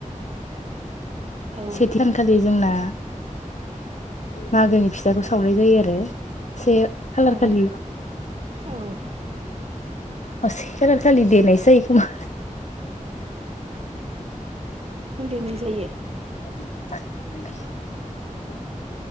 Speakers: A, on the right (about 50°); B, on the left (about 60°).
A: औ
B: सेथिखानखालि जोंना मागोनि फिथाखौ सावनाय जायो आरो। से खालार
A: औ
B: खालि
A: औ।
B: औ सेखालार खाललि देनायसो जायो खोमा
A: देनाय जायो।
B: <unintelligible>